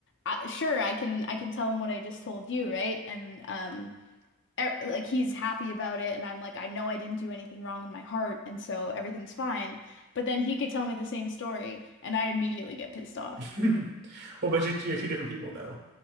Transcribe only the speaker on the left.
I, sure I can I can tell him what I just told you, right? And um er, like he's happy about it and I'm like I know I didn't do anything wrong in my heart and so everything's fine. But then he could tell me the same story and I'd immediately get pissed off.